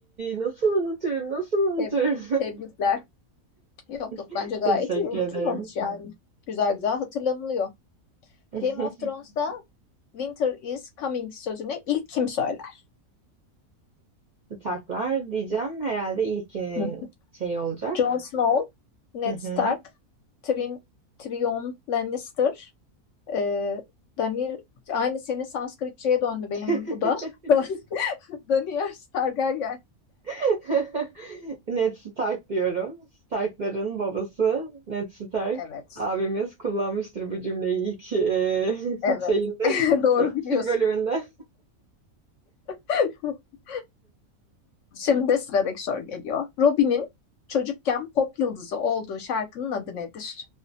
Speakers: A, on the right (about 50°); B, on the left (about 65°).
A: nasıl unuturum, nasıl
B: <laughs>
A: unuturum.
B: Teb- tebrikler. Yok yok
A: <laughs>
B: bence gayet
A: Teşekkür
B: iyi. Unutulmamış
A: ederim.
B: yani. Güzel güzel hatırlanılıyor.
A: <laughs>
B: Game of Thrones'ta Winter is coming sözünü ilk kim söyler?
A: Taklar diyeceğim herhalde ilkinin
B: Hı.
A: şeyi olacak.
B: Jon Snow, Ned
A: Hı hı.
B: Stark, Tyrion, Tyrion Lannister, e, Daniel aynı senin Sanskritçe'ye döndü
A: <laughs>
B: benim bu da. <laughs> Daniel Targaryen.
A: <laughs> Ned Stark diyorum. Stark'ların babası Ned Stark.
B: Evet.
A: Abimiz kullanmıştır bu cümleyi ilk e,
B: Evet.
A: <laughs> şeyinde,
B: <laughs> Doğru biliyorsun.
A: <laughs> bölümünde.
B: <laughs> Şimdi sıradaki soru geliyor. Robin'in çocukken pop yıldızı olduğu şarkının adı nedir?